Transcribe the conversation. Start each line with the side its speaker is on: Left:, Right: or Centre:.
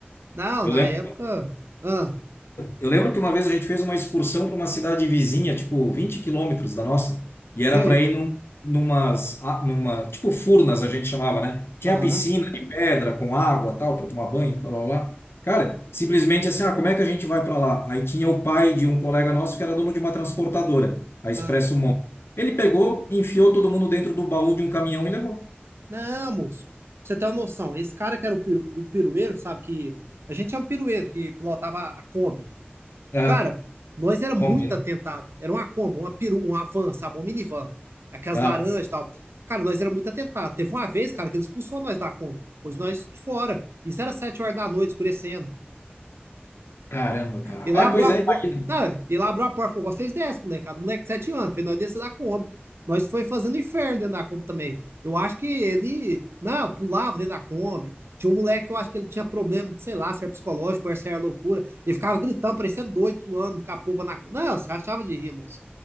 Right: Não,
Left: Eu
Right: na
Left: lembro
Right: época. Ah,
Left: Eu lembro que uma vez a gente fez uma excursão para uma cidade vizinha, tipo 20 quilômetros da nossa, e
Right: sei.
Left: era para ir num, numas, a- numa, tipo furnas a gente chamava, né? Tinha
Right: Aham.
Left: piscina de pedra com água, tal, para tomar banho, blá blá blá. Cara, simplesmente assim, ah, como é que a gente vai para lá? Aí tinha o pai de um colega nosso que era dono de uma transportadora, a Expresso
Right: ah.
Left: Mont. Ele pegou, enfiou todo mundo dentro do baú de um caminhão e levou.
Right: Não, moço. Pra você ter uma noção, esse cara que era o, peru o pirueiro, sabe? Que a gente é um pirueiro que pilotava a Kombi.
Left: Ah,
Right: Cara, nós era muito
Left: como? né?
Right: atentado. Era uma combo, uma peru, uma van, sabe? Uma minivan. Aquelas
Left: Ah,
Right: laranjas e tal. Cara, nós era muito atentado. Teve uma vez, cara, que ele expulsou nós da combo. Pois nós de fora. Isso era sete horas da noite, escurecendo.
Left: caramba, cara.
Right: E lá
Left: É,
Right: abriu
Left: pois
Right: a
Left: é,
Right: porta.
Left: imagina.
Right: Não, ele abriu a porta e falou: vocês descem, molecada. Moleque de 7 anos. Fez nós descer da Kombi. Nós foi fazendo inferno dentro da Kombi também. Eu acho que ele. Não, pulava dentro da Kombi. Tinha um moleque que eu acho que ele tinha problema, sei lá, se era psicológico, ou se era loucura. Ele ficava gritando, parecendo doido, pulando, capoba na Kombi. Não, você achava de rir, moço.